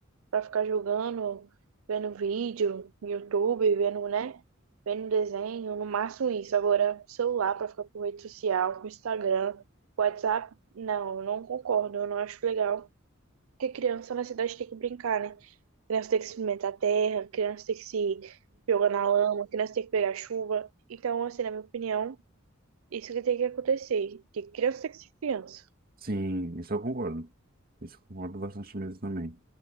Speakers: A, on the right; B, on the right.
A: pra ficar jogando, vendo vídeo no YouTube, vendo, né? Vendo desenho, no máximo isso. Agora, celular pra ficar com rede social, com Instagram, com WhatsApp, não, eu não concordo, eu não acho legal. Porque criança na cidade tem que brincar, né? Criança tem que experimentar a terra, criança tem que se jogar na lama, criança tem que pegar chuva. Então, assim, na minha opinião, isso que tem que acontecer. Que criança tem que ser criança.
B: Sim, isso eu concordo. Isso eu concordo bastante mesmo também.